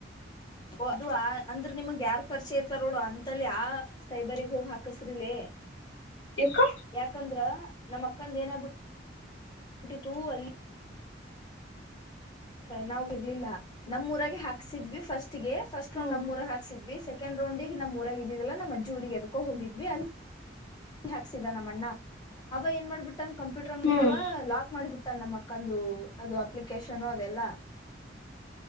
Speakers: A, on the left; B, on the left.
A: ಅದು ಅಂದ್ರ ನಿಮಗ್ ಯಾರ್ ಪರಿಚಯ ಇರ್ತಾರೋಡು ಅಂತಲ್ಲಿ ಆ ಸೈಬರಿಗ್ ಹೋಗಿ ಹಾಕಸ್ರಿಲ
B: ಯಾಕ
A: ಯಾಕಂದ್ರ ನಮ್ಮ್ ಅಕ್ಕಂದ ಏನಬ ಟಿತು ಅಲ್ಲಿ ನಾವು ಇರ್ಲಿಲ್ಲ ನಮ್ಮ ಊರಾಗ ಹಾಕ್ಸಿದ್ವಿ ಫಸ್ಟ್ ಫಸ್ಟ್
B: ಹ್ಮ್
A: ರೌಂಡ ನಮ್ೂರ ಹಾಕ್ಿದ್ವಿ ಸೆಕಂಡ್ ರೌಂಡ್ ಈ ನಮ್ಮ್ ಊರಾಗ ಇದಿದಲ್ಲಾ ನಮ್ಮ ಅಜ್ೂರಿಗೆ ಎದಕೋ ಹೋಗಿದ್ವಿ ಅಲ್ಲಿ ಹಾಕ್ಸಿದ ನಮ್ಮಣ್ಣ ಅವ ಏನ್ ಮಾಡ್ಬಿಟ್ಟ ಅನ್ ಕಂಪ್ಯೂಟರ್ ಅಂಗಡಿದವ
B: ಹ್ಮ್
A: ಲಾಕ್ ಮಾಡಿಬಟ್ಟ ನ್ನ ಮಕ್ಕಂದು ಅದು ಅಪ್ಲಿಕೇಶನ್ ಅದೆಲ್ಲಾ